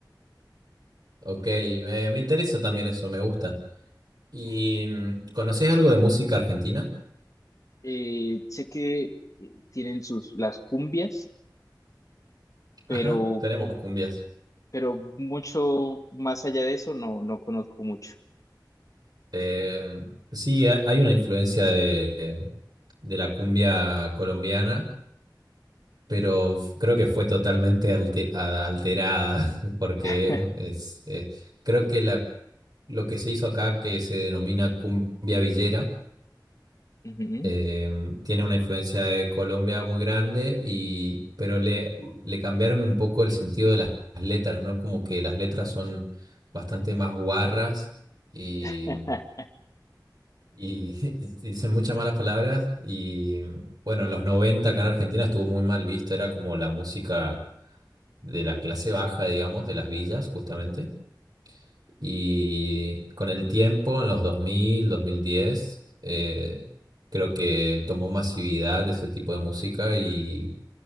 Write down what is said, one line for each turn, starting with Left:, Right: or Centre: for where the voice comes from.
Right: ok. Me, me interesa también eso, me gusta. ¿Y mm, conocés algo de música argentina?
Left: Eh, sé que eh, tienen sus las cumbias, pero
Right: Ajá, tenemos cumbias.
Left: pero mucho más allá de eso no no conozco mucho.
Right: Eh, sí, ha- hay una influencia de, de la cumbia colombiana pero f- creo que fue totalmente alte- a- alterada, <laughs> porque
Left: <laughs>
Right: es, eh, creo que la, lo que se hizo acá, que se denomina cumbia villera,
Left: Ujú.
Right: eh, tiene una influencia de Colombia muy grande, y, pero le, le cambiaron un poco el sentido de las letras, ¿no? Como que las letras son bastante más guarras y,
Left: <laughs>
Right: y <laughs> y dicen muchas malas palabras, y bueno, en los 90 acá en Argentina estuvo muy mal visto, era como la música de la clase baja, digamos, de las villas, justamente. Y con el tiempo, en los 2000, 2010, eh, creo que tomó masividad ese tipo de música y,